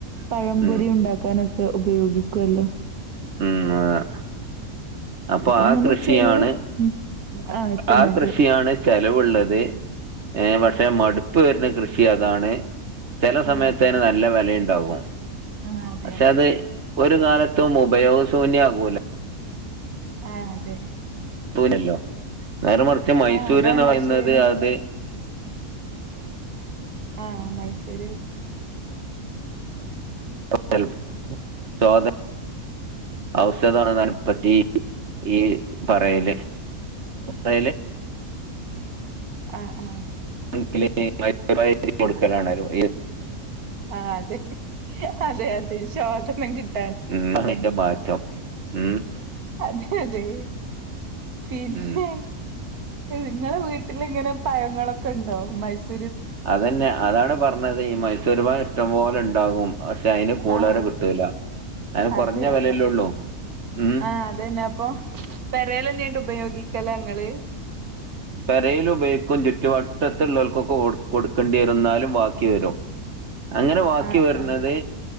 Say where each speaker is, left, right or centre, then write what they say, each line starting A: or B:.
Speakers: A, on the right (about 80°); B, on the right (about 50°).
A: പഴംപൊരി
B: ഉം
A: ഉണ്ടാക്കാനൊക്കെ ഉപയോഗിക്കുവല്ലോ
B: ഉം ആഹ് അപ്പൊ ആ
A: അങ്ങനെ
B: കൃഷിയാണ്
A: ചെലവ് ഉം ആഹ് ഏറ്റവും
B: ആ
A: നല്ലത്
B: കൃഷിയാണ് ചെലവുള്ളത് ഏ പക്ഷേ
A: ആഹ്
B: മടുപ്പ് വരുന്ന കൃഷി അതാണ് ചെല
A: ആഹ്
B: സമയത്തയ്ന്
A: അതെ
B: നല്ല വെലയ്ണ്ടാകും.
A: ആഹ് അതെ
B: പക്ഷേ
A: അതെ
B: അത് ഒരു കാലത്തും ഉപയോഗസൂന്യാകൂല.
A: ആഹ്, അതെ.
B: പ്പൂനല്ലോ നേരെ മറിച്ച് മൈസൂര്ന്ന്
A: ആഹ് അതാണ്
B: പറയുന്നത്
A: അത് ശരിയാണ്
B: അത്
A: ആഹ് മൈസൂര്
B: <unintelligible> സ്വാത ഔശധാണെന്നയ്നെ പറ്റി ഈ പറയല്. പറയല്
A: ആ ആ
B: <unintelligible> പൈസക്ക് കൊടുക്കലാണേലും
A: ആ അതെ അതെ അതെ ശോദനം കിട്ട
B: ഉം മണ്ണിന്റെ മാറ്റം ഉം
A: അതെ അതെ പിന്നെ
B: ഉം
A: നിങ്ങളെ വീട്ടിലിങ്ങനെ പഴങ്ങളൊക്കെ ഇണ്ടോ മൈസൂ
B: അതന്നെ അതാണ് പറഞ്ഞത് ഈ മൈസൂരുപഴം ഇഷ്ടം പോലെ <unintelligible> പക്ഷെ അതിന് പൂളരെ
A: ആഹ്
B: കിട്ടൂല അതിന് കുറഞ്ഞ
A: അതെ അതെ
B: വിലയല്ലേ ഉള്ളൂ ഉം
A: ആഹ് അതന്നെ അപ്പൊ പെരേലെന്നെയിടും ഉപയോഗിക്കല ഇങ്ങള്
B: പരേൽ ഉപയോഗിക്കും ചുറ്റുവട്ടത്തിലുള്ളവർക്കൊക്കെ കൊടു കൊടുക്കേണ്ടിവരും എന്നാലും ബാ <unintelligible> അങ്ങനെ വാക്കി
A: ആഹ്
B: വരണത്
A: ആഹ്